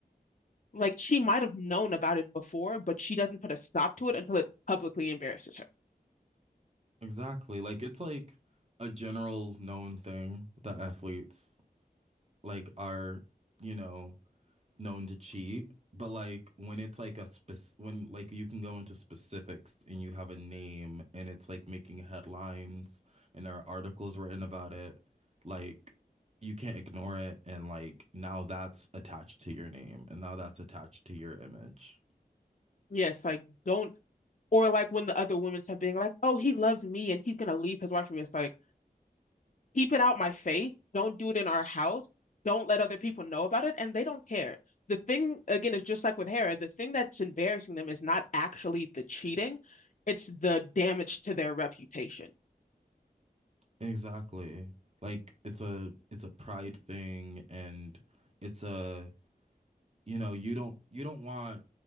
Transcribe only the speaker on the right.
exactly like it's like a general known thing that athletes like are, you know, known to cheat, but like when it's like a spec when like you can go into specifics and you have a name and it's like making headlines and there are articles written about it, like you can't ignore it and like now that's attached to your name and now that's attached to your image.
Exactly. Like it's a it's a pride thing and it's a you know, you don't you don't want